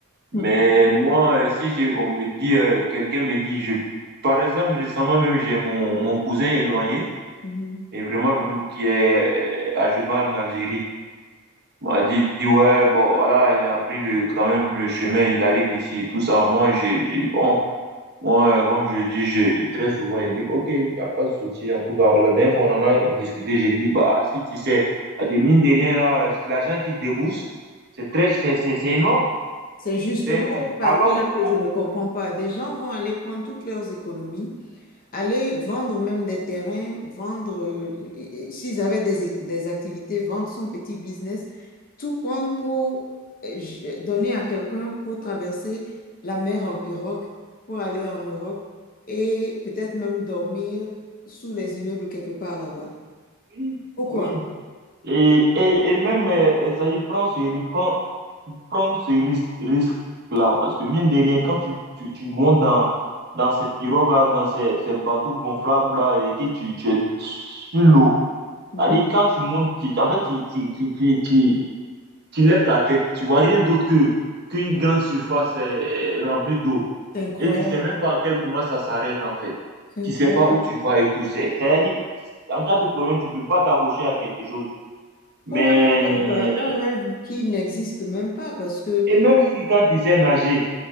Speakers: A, on the right; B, on the left.
A: Mais
B: Hmm.
A: moi, euh, si j'ai, on me dit, euh, quelqu'un me dit, je, par exemple, récemment même, j'ai mon, mon cousin éloigné
B: Mhm.
A: et vraiment, vraiment, qui est à justement en Algérie. On m'a dit, dit, ouais, bon, voilà, il a pris le, quand même le chemin, il arrive ici et tout ça. Moi, j'ai, j'ai, bon, moi, comme je dis, j'ai, très souvent, il dit, ok, il n'y a pas de souci. En tout cas, la dernière fois, on en a discuté, j'ai dit, bah, si tu sais, parce que mine de rien, là, l'argent qu'il débourse, c'est très, c'est, c'est, c'est énorme,
B: C'est justement
A: c'est énorme.
B: cette partie-là
A: Alors,
B: que je ne comprends pas. Des gens vont aller prendre toutes leurs économies, aller vendre même des terrains, vendre, euh, et- et- s'ils avaient des, des activités, vendre son petit business, tout compte pour euh, j- donner à quelqu'un pour traverser la mer en pirogue, pour aller en Europe et peut-être même dormir sous les immeubles quelque part là-bas.
A: oui,
B: Pourquoi?
A: oui. Et, et, et même, euh, euh, ça dit, prendre ce, prendre, prendre ce risque, risque-là, parce que mine de rien, quand tu, tu, tu montes dans, dans ces pirogues-là, dans ces, ces bateaux gonflables-là, et que tu, tu es sur l'eau,
B: Mhm.
A: ça dit, quand tu montes, tu, en fait, tu, tu, tu, tu, tu, tu lèves ta tête, tu vois rien d'autre que, qu'une grande surface euh, euh, remplie d'eau.
B: C'est incroyable,
A: Et tu sais même pas à quel moment ça s'arrête, en fait.
B: c'est
A: Tu
B: incroyable.
A: sais pas où tu vas et tout. C'est- C'est-à-dire, en cas de problème, tu peux pas t'accrocher à quelque chose. Mais,
B: Pour un rêve, euh, un rêve qui n'existe même pas parce que
A: et même si quand tu sais nager,